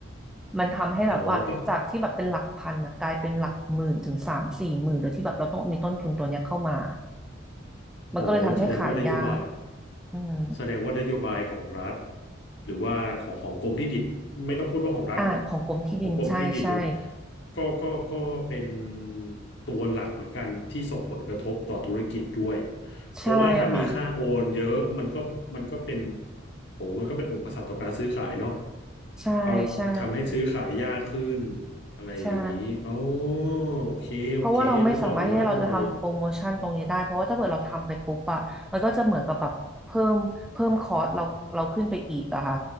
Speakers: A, in the centre; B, on the left (about 60°).
A: มันทำให้แบบว่าจากที่แบบเป็นหลักพันนะกลายเป็นหลักหมื่นถึงสามสี่หมื่นโดยที่แบบเราต้องมีต้นทุนตัวเนี้ยเข้ามา
B: อ๋อก็
A: มันก็เลยทำให้ขายยาก
B: อ๋อแสดงว่านโยบาย
A: อืม
B: แสดงว่านโยบายของรัฐหรือว่าของของกรมที่ดินไม่ต้องพูดว่าของรัฐหรอก
A: อ่าของกรมที่ดินใช่ใช่
B: ของกรมที่ดินก็ก็ก็เป็นตัวหลักเหมือนกันที่ส่งผลกระทบต่อธุรกิจด้วยเพราะว่าถ้ามีค่าโอนเยอะมันก็มันก็เป็น
A: ใช่ค่ะ
B: โอ้มันก็เป็นอุปสรรคต่อการซื้อขายเนาะ
A: ใช่ใช่
B: เขาทำให้ซื้อขายยากขึ้นอะไรอย่างนี้อ๋อ
A: ใช่
B: โอเคโอเคนึกออกอยู่ฮะนึกออกอยู่
A: เพราะว่าเราไม่สามารถที่เราจะทำโปรโมชั่นตรงนี้ได้เพราะว่าถ้าเกิดเราทำไปปุ๊บอะมันก็จะเหมือนกับแบบเพิ่มเพิ่มคอร์สเราเราขึ้นไปอีกอะค่ะ